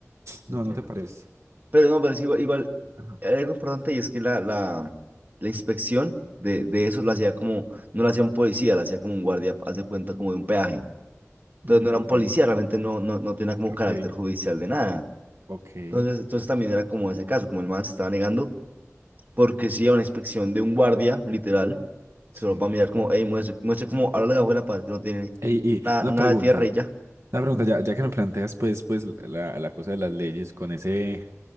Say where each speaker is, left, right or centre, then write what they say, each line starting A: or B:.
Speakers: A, on the right; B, on the right.
A: entiendo.
B: No, ¿no te parece?
A: Pero no, pero es que igual, igual
B: Ajá.
A: hay algo importante y es que la, la, la inspección de, de eso
B: Mm,
A: la hacía como, no la hacía un policía, la hacía como un guardia, haz de cuenta como de un peaje. Entonces
B: mm,
A: no era
B: ok,
A: un policía, realmente no, no, no tenía como
B: ok,
A: carácter judicial de nada.
B: ok,
A: Entonces, entonces también era como ese caso, como el man se estaba negando, porque sí era una inspección de un guardia, literal,
B: sí.
A: solo para mirar como, hey, muestre, muestre como, ahora la cajuela para ver que no tiene
B: Ey, y
A: nada,
B: una
A: nada
B: pregunta,
A: de tierra y ya.
B: una pregunta, ya, ya que me planteas pues, pues la, la cosa de las leyes con ese